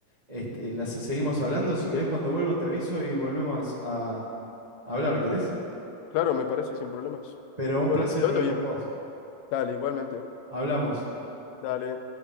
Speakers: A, on the right; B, on the left.
A: este, las seguimos hablando? Si querés cuando vuelvo te aviso y volvemos a a hablar, ¿querés?
B: Claro, me parece sin problemas.
A: Pero un
B: Bueno,
A: placer
B: que te
A: hablar
B: vaya bien.
A: con vos.
B: ¿no? Dale, igualmente.
A: Hablamos.
B: Dale.